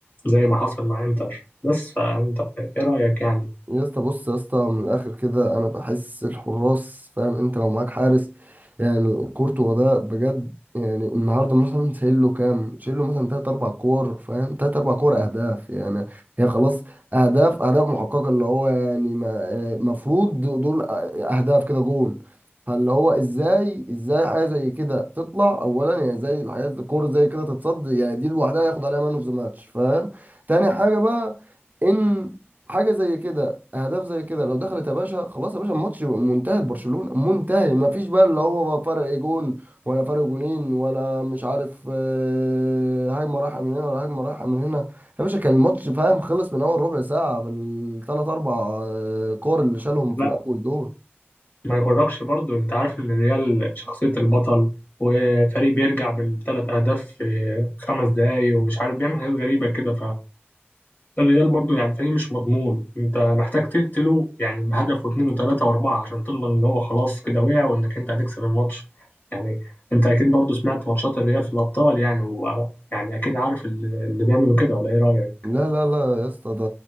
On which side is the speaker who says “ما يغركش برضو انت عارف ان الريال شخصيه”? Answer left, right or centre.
Left